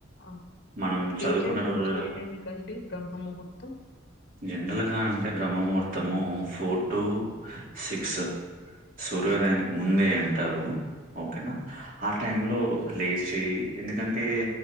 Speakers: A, on the left (about 55°); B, on the right (about 45°).
A: ఆహా
B: మనం చదువుకున్న
A: ఏ టైమ్ నుంచి
B: రోజున
A: ఏ టైం కండి బ్రహ్మ ముహూర్తం
B: జనరల్గా అంటె బ్రహ్మ ముహూర్తము ఫోర్ టు సిక్స్ సూర్యోదయానికి ముందే అంటారు ఓకే న ఆ టైం లో లేశి ఎందుకంటే